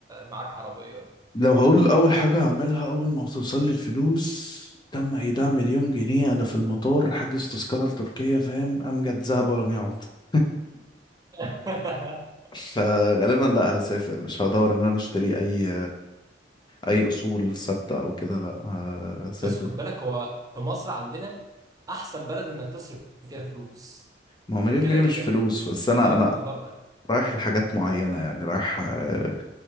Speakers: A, on the right; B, on the left.
A: معاك عربية ولا
B: لو هقول اول حاجة هعملها اول ما توصل لي الفلوس تم ايداع مليون جنيه انا في المطار حاجز تذكرة لتركيا فاهم امجد ذهب ولم يعد <laughs>
A: إيه؟
B: فغالبا لا هسافر مش هدور ان انا اشتري اي اي اصول ثابته او كده لا
A: <laughs>
B: هسافر
A: بس خد بالك هو في مصر عندنا أحسن بلد إنك تصرف فيها فلوس
B: ما هو مليون
A: كده
B: جنيه
A: كده
B: مش فلوس
A: أحسن
B: بس انا
A: من أي
B: انا
A: بلد بره
B: رايح لحاجات معينه يعني رايح آه،